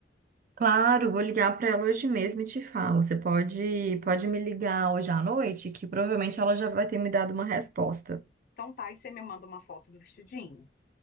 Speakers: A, on the right; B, on the left.
A: Claro, vou ligar para ela hoje mesmo e te falo. Você pode, pode me ligar hoje à noite, que provavelmente ela já vai ter me dado uma resposta.
B: Então tá, e você me manda uma foto do vestidinho?